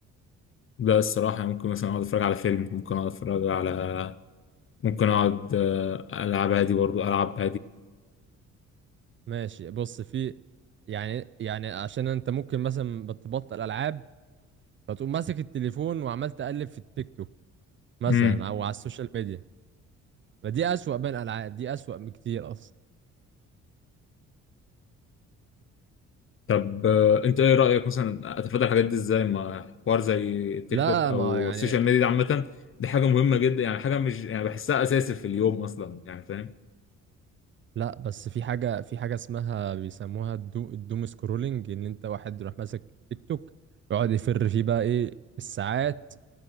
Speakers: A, on the left (about 45°); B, on the right (about 40°).
A: لا الصراحه ممكن مثلا اقعد اتفرج على فيلم ممكن اقعد اتفرج على ممكن اقعد آه، العب عادي برضو العب
B: ماشي بص في يعني يعني عشان انت ممكن مثلا بتبطل العاب فتقوم ماسك التليفون وعمال تقلب في التيك توك مثلا
A: عادي
B: او على السوشيال ميديا فدي اسوأ بين الالعاب دي اسوأ بكتير اصلا
A: طب آه، انت ايه رأيك مثلا اتفادى الحاجات دي ازاي ما حوار زي التيك
B: لا
A: توك او
B: ما يعني
A: السوشيال ميديا دي عامة دي حاجة مهمة جدا يعني حاجة مش يعني بحسها اساسي في اليوم اصلا يعني فاهم
B: لا بس في حاجة في حاجة اسمها بيسموها الدو الدوم سكرولينج ان انت واحد يروح ماسك تيك توك يقعد يفر فيه بقى ايه الساعات